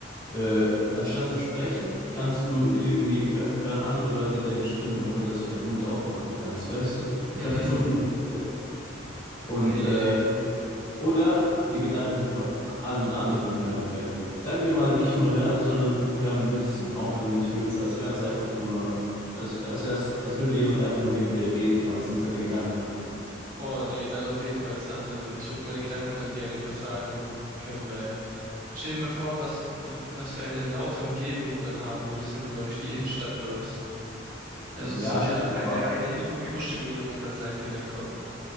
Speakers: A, on the left; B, on the right.
A: äh, anstatt zu sprechen, kannst du irgendwie hö hören andere Leute deine Stimme, ohne dass du deinen Mund aufmachen kannst, weißt du? Du
B: Mhm.
A: kannst so kommunizieren. Und
B: Nee.
A: äh, Oder die Gedanken von allen anderen hören können. Sagen wir mal nicht nur hören, sondern hören müssen, auch wenn du nicht willst. Als wären es einfach nur, als, als wär's, als würde jemand einfach nur neben dir reden, aber es sind seine Gedanken.
B: Boah, nee, dann auf jeden Fall das andere. Ich würde meine Gedanken dann gern übertragen können, weil stell dir mal vor, was, w- was für eine laute Umgebung du dann haben würdest, wenn du mal durch die Innenstadt läufst. Also das
A: Ja,
B: wird
A: stimmt,
B: ja eine
A: aber.
B: reine Ibo- Überstimulierung dann sein für deinen Kopf.